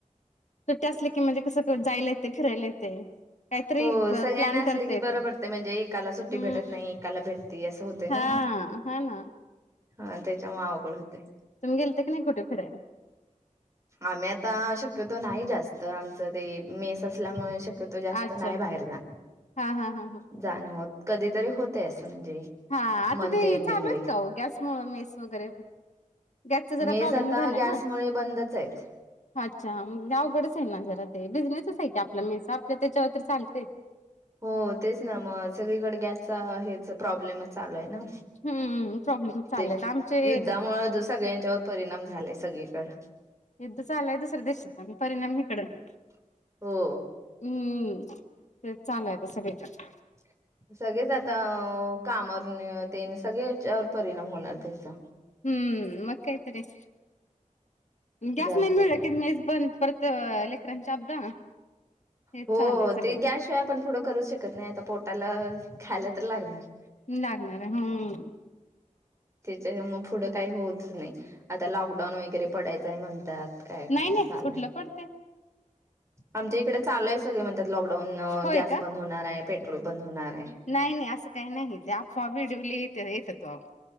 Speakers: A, on the left; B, on the right.
A: सुट्टी असली की म्हणजे कसं जायला येतंय फिरायला येतंय. काहीतरी
B: हो सगळ्यांना
A: प्लॅन
B: असले
A: करता
B: की
A: येत.
B: बरं पडते म्हणजे एकाला सुट्टी
A: हम्
B: भेटत नाही एकाला भेटते असं होते
A: हा.
B: ना
A: हा ना.
B: हा त्याच्यामुळं अवगड होतंय.
A: तुम्ही गेलति का नाही कुठं फिरायला?
B: आम्ही आता शक्यतो नाही जास्त आमचं ते मेस असल्यामुळे शक्य‍ तो जास्त
A: अच्छा
B: नाही बाहेर जाणं
A: हा हा हा हा
B: जाणं होत कधीतरी होतय असं म्हणजे,
A: हा आता
B: मंथ
A: ते
B: एंडिंग
A: चालू
B: वे
A: आहेत का हो गॅसमुळे मेस वगैरे? गॅसचा जरा
B: मेस
A: प्रॉब्लेम
B: आता
A: झालाय
B: गॅसमुळे
A: ना.
B: बंदच आहेत.
A: अच्छा म्हणजे अवघड च आहे ना जरा ते बिझनेसच आहे की आप मेस हाफते त्याच्यावर तरी चालतंय.
B: हो तेच ना मग सगळीकडे गॅसचा हेच प्रॉब्लेमच चालू आहे नव्हं.
A: हम्म प्रॉब्लेम चाललेत
B: ते
A: आमचे
B: युद्धामुळे दू सगळ्यांच्यावर परिणाम झालायं सगळीकडं.
A: युद्ध चालू आहं दुसऱ्या देशाात आणि परिणाम हिकडं.
B: हो.
A: हम्मम तेच चालू आहं आता सगळीकडं.
B: <unintelligible> सगळेच आता कामावर ते सगळेच हच्यावर परिणाम होणार त्याचा.
A: हम्म मग काय तरी आणं गॅस
B: जास्त
A: नाही मिळलं
B: पण
A: मेस बंद पर तर लेकराची अबदा. हेच
B: हो
A: चालू आहे सगळीकडे
B: ते गॅस शिवाय आपण पुढं करू शकत नाही आता पोटाला खायला तर लागणार.
A: लागणार आहं हम.
B: ते मग पुढं काही होत नाही आता लॉकडाऊन वगैरे पडायचं आहे म्हणतात. काय
A: नाही
B: काय
A: नाही
B: चाललंय
A: कुठंल पडतंय.
B: आमच्या इकडे चालू आहे सगळे म्हणतात लॉकडाऊन
A: होय
B: गॅस
A: का
B: बंद होणार आहे. पेट्रोल बंद होणार आहे.
A: नाही नाही असं काही नाही ते अफवा व्हिडिओ लई येत येतात तवा.